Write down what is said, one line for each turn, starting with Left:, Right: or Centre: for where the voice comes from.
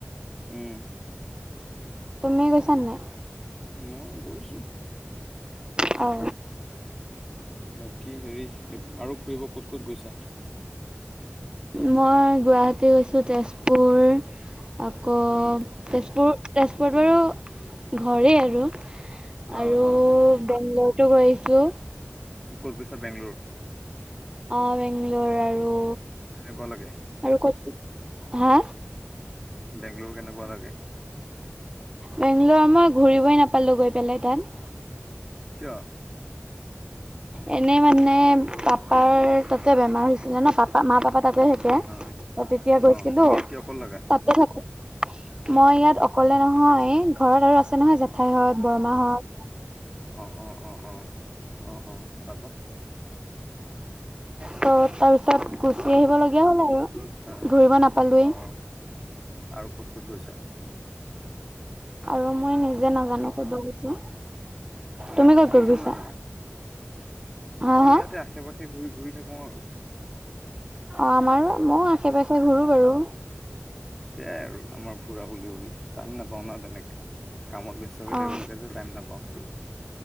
Centre: উম
Right: তুমি গৈছা নাই।
Centre: মই গৈছো।
Right: অ
Centre: বাকী হেৰি আৰু ফুৰিব ক'ত ক'ত গৈছা।
Right: মই গুৱাহাটী গৈছো তেজপুৰ আকৌ-
Centre: উম
Right: তেজপুৰ তেজপুৰত বাৰু ঘৰেই আৰু
Centre: অঁ
Right: আৰু
Centre: অঁ
Right: বেংলৰতো গৈ আহিছো।
Centre: কতগৈছা বেংগলোৰ।
Right: অ বেংলোৰ আৰু-
Centre: তেনেকুৱা লাগে।
Right: আৰু কত হা
Centre: বেংগলোৰ কেনেকুৱা লাগে।
Right: বেংগলৰ মই ঘূৰিবই নাপালোঁ গৈ পেলাই তাত-
Centre: কিয়?
Right: এনেই মানে পাপাৰ তাতে বেমাৰ হৈছিলে ন পাপা মা পাপা। তাতে সেতে
Centre: অঁ
Right: তেতিয়া গৈছিলো
Centre: অঁ তুমি ইয়াত কিয় অকল লাগা?
Right: তাত মই ইয়াত অকলে নহয়। ঘৰত আৰু আছো। আছে নহয় জেঠাই হত বৰমাহত-
Centre: অ অ অ অ অ অ তাৰ পা
Right: ত তাৰপিছত গুচি আহিব লগগীয়া হ'ল আৰু
Centre: আহ
Right: ঘূৰিব নাপালোৱেই
Centre: অ আৰু ক'ত ক'ত গৈছা।
Right: আৰু মই নিজে নাজানো কলৈ গৈছো।
Centre: হা
Right: তুমি ক'ত ক'ত
Centre: নিজেও
Right: গৈছা
Centre: নাজানা।
Right: হা
Centre: মই
Right: হা
Centre: ইয়াতে আশে পাশে ঘূৰি ঘূৰি থাকো। আৰু
Right: অ আমাৰো ময় আশে পাশে ঘূুৰো। বাৰু
Centre: সেয়াই আৰু আমাৰ ফুৰা বুলি বলে টাইম নাপাও ন। তেনেকে কামত ব্যস্ত হৈ
Right: অ
Centre: থাকিব লাগে যে টাইম নাপাওঁ,